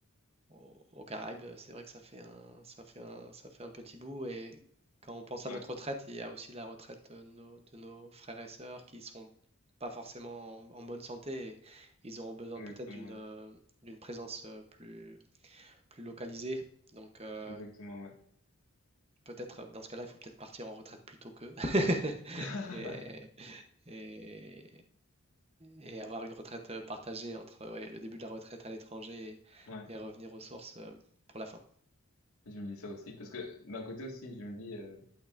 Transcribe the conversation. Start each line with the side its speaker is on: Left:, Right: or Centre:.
Right: aux, aux Caraïbes, c'est vrai que ça fait un, ça fait un, ça fait un petit bout, et quand on pense à
Left: Ouais,
Right: notre retraite, il y a aussi la retraite de nos, de nos frères et sœurs qui seront pas forcément en, en bonne santé, et ils auront besoin
Left: exactement.
Right: peut-être d'une
Left: ouais.
Right: euh, d'une présence euh, plus, plus localisé. Donc euh,
Left: Exactement, ouais.
Right: peut-être dans ce cas-là, il faut peut-être partir en retraite plus tôt qu'eux <laughs>
Left: <laughs>
Right: et, et, et avoir une retraite euh, partagée entre ouais, le début de la retraite à l'étranger
Left: Ouais,
Right: et, et revenir aux sources euh, pour la fin.
Left: je me dis ça aussi. Parce que d'un côté aussi, je me dis, euh,